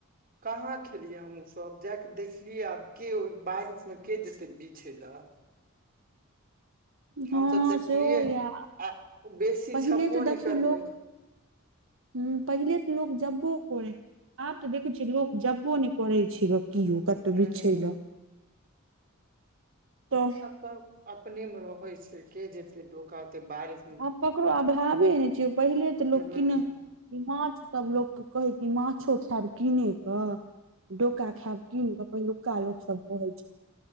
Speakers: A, on the right; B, on the right.
A: कहाँ खेलियै हमहुँ सभ जा कऽ देखलियै आब ओ बारिशमे के जेतै बिछै लऽ हमसभ
B: हँ
A: देखलियै
B: सेहो होइए
A: आ बेसी
B: पहिने
A: छबो
B: तऽ देखियौ
A: नहि करलै
B: लोक हं पहिले तऽ लोक जब्बो करय आब तऽ देखै छियै लोक जब्बो नहि करै छै कतौ यौ
A: हूँ
B: बिछै ल तऽ
A: सभ अपने मे रहै छै के जते डोका ओते बारिशमे
B: आब ककरो अभाबे नै छै पहिले तऽ
A: हूँ
B: लोक कीनै ई माछसभ लोक कहै कि ई माछो खायब किनेकऽ डोका खायब कीन कऽ पहिलुका लोकसभ कहैय छै